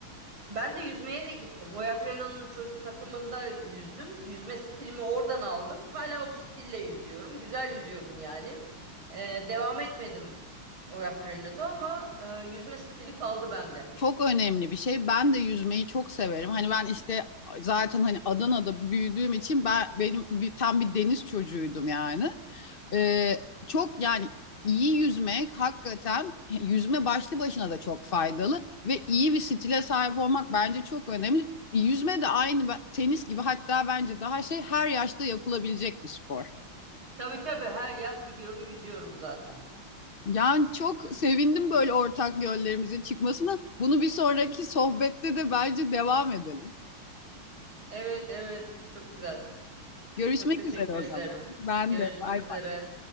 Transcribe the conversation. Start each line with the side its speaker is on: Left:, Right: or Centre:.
Right: Ben de yüzmeye de gittim. Oyak Renault'un çocuk takımında yüzdüm. Yüzme stilimi oradan aldım. Hala o stille yüzüyorum. Güzel yüzüyorum yani. Ee, devam etmedim Oyak Renault'da ama e, yüzme stili kaldı bende.
Left: Çok önemli bir şey. Ben de yüzmeyi çok severim. Hani ben işte zaten hani Adana'da büyüdüğüm için ben benim bir, tam bir deniz çocuğuydum yani. Ee, çok yani iyi yüzmek hakikaten <laughs> yüzme başlı başına da çok faydalı ve iyi bir stile sahip olmak bence çok önemli. Yüzme de aynı tenis gibi hatta bence daha şey her yaşta yapılabilecek bir spor.
Right: Tabii tabii her yaz gidiyorum yüzüyorum zaten.
Left: Yani çok sevindim böyle ortak yönlerimizin çıkmasına. Bunu bir sonraki sohbette de bence devam edelim.
Right: Evet evet çok güzel.
Left: Görüşmek
Right: Çok teşekkür
Left: üzere o
Right: ederim.
Left: zaman. Ben
Right: Görüşmek
Left: de bay
Right: üzere.
Left: bay.